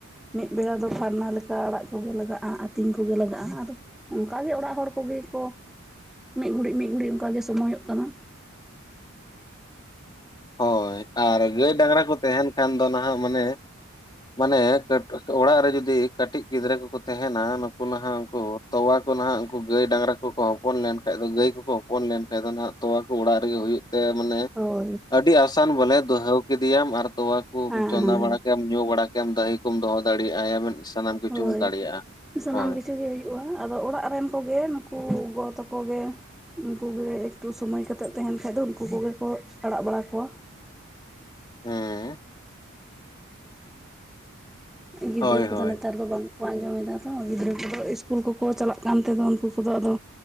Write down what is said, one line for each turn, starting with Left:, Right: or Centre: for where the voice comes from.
Centre: ᱢᱤᱫ ᱵᱮᱲᱟ ᱫᱚ ᱯᱷᱟᱨᱱᱟ ᱞᱮᱠᱟ ᱟᱲᱟᱜ ᱠᱚᱜᱮ ᱞᱟᱜᱟᱜᱼᱟ ᱟᱹᱛᱤᱧ ᱠᱚᱜᱮ ᱞᱟᱜᱟᱜᱼᱟ ᱟᱫᱚ ᱚᱱᱠᱟᱜᱮ ᱚᱲᱟᱜ ᱦᱚᱲ ᱠᱚ ᱜᱮ ᱠᱚ ᱢᱤᱫ ᱜᱷᱩᱲᱤᱡ ᱢᱤᱫ ᱜᱷᱩᱲᱤᱡ ᱚᱱᱠᱟᱜ ᱜᱮ ᱥᱚᱢᱚᱭᱚᱜ ᱠᱟᱱᱟ
Left: <inaudible> ᱦᱳᱭ ᱟᱨ ᱜᱟᱹᱭ ᱰᱟᱝᱨᱟ ᱠᱚ ᱛᱟᱦᱮᱸᱱ ᱠᱷᱟᱱ ᱫᱚ ᱱᱟᱦᱟᱜ ᱢᱟᱱᱮ ᱢᱟᱱᱮ ᱚᱲᱟᱜ ᱨᱮ ᱡᱩᱫᱤ ᱠᱟᱹᱴᱤᱡ ᱜᱤᱫᱽᱨᱟᱹ ᱠᱚᱠᱚ ᱛᱟᱦᱮᱱᱟ ᱱᱩᱠᱩ ᱱᱟᱦᱟᱜ ᱩᱱᱠᱩ ᱛᱚᱣᱟ ᱠᱚ ᱱᱟᱦᱟᱜ ᱩᱱᱠᱩ ᱜᱟᱹᱭ ᱰᱟᱝᱨᱟ ᱠᱚᱠᱚ ᱦᱚᱯᱚᱱ ᱞᱮᱱᱠᱷᱟᱡ ᱫᱚ ᱜᱟᱹᱭ ᱠᱚᱠᱚ ᱦᱚᱯᱚᱱ ᱞᱮᱱᱠᱷᱟᱡ ᱫᱚ ᱱᱟᱦᱟᱜ ᱛᱚᱣᱟ ᱠᱚ ᱚᱲᱟᱜ ᱨᱮᱜᱮ ᱦᱩᱭᱩᱜᱼᱟ ᱛᱮ ᱢᱟᱱᱮ
Centre: ᱦᱳᱭ
Left: ᱟᱹᱰᱤ ᱟᱥᱟᱱ ᱵᱚᱞᱮ ᱫᱚᱩᱦᱟᱹᱣ ᱠᱮᱫᱮᱟᱢ ᱟᱨ ᱛᱚᱣᱟ ᱠᱚᱢ
Centre: ᱦᱮᱸ
Left: ᱪᱚᱸᱫᱟ
Centre: ᱦᱮᱸ
Left: ᱵᱟᱲᱟ ᱠᱮᱫᱟᱢ ᱧᱩ ᱵᱟᱲᱟ ᱠᱮᱫᱟ᱾ ᱫᱟᱹᱤ ᱠᱚᱢ ᱫᱚᱦᱚ ᱫᱟᱲᱮᱭᱟᱜᱼᱟ᱾ ᱥᱟᱱᱟᱢ ᱠᱤᱪᱷᱩᱢ
Centre: ᱦᱳᱭ!
Left: ᱫᱟᱲᱮᱭᱟᱜᱼᱟ
Centre: ᱥᱟᱱᱟᱢ
Left: ᱦᱳᱭ
Centre: ᱠᱤᱪᱷᱩ ᱜᱮ ᱦᱩᱭᱩᱜᱼᱟ ᱟᱫᱚ ᱚᱲᱟᱜ ᱨᱮᱱ ᱠᱚᱜᱮ ᱱᱩᱠᱩ ᱜᱚ ᱛᱚᱠᱚ ᱠᱚ ᱜᱮᱮ ᱩᱱᱠᱩ ᱜᱮᱮ ᱮᱠᱴᱩ ᱥᱚᱢᱚᱭ ᱠᱟᱛᱮᱫ ᱛᱟᱦᱮᱱ ᱠᱷᱟᱡ ᱫᱚ ᱩᱱᱠᱩ ᱠᱚᱜᱮ ᱠᱚ ᱟᱲᱟᱜ ᱵᱟᱲᱟ ᱠᱚᱣᱟ᱾
Left: ᱦᱮᱸ
Centre: ᱜᱤᱫᱽᱨᱟᱹ
Left: ᱦᱳᱭ ᱦᱳᱭ
Centre: ᱠᱚᱫᱚ ᱱᱮᱛᱟᱨ ᱫᱚ ᱵᱟᱝ ᱠᱚ ᱟᱸᱡᱚᱢᱮᱫᱟ ᱛᱚ ᱜᱤᱫᱽᱨᱟᱹ ᱠᱚᱫᱚ ᱤᱥᱠᱩᱞ ᱠᱚᱠᱚ ᱪᱟᱞᱟᱜ ᱠᱟᱱ ᱛᱮᱫᱚ ᱩᱱᱠᱩ ᱠᱚᱫᱚᱫᱚ